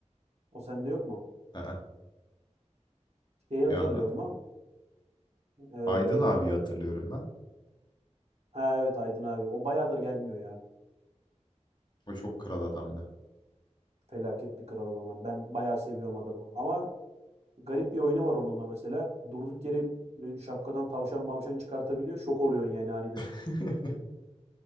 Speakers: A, on the right (about 60°); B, on the left (about 40°).
A: O sende yok mu?
B: Aa,
A: Şeyi hatırlıyor
B: ya anlat.
A: mu? Ee,
B: Aydın abi hatırlıyorum ben.
A: ha evet Aydın abi. O bayağıdır gelmiyor ya.
B: O çok kral adamdı.
A: Felaket bir kral adam. abi. Ben bayağı seviyorum adamı. Ama garip bir oyunu var onunla mesela. Durduk yere böyle şapkadan tavşan mavşan çıkartabiliyor. Şok oluyorsun yani aniden.
B: <laughs>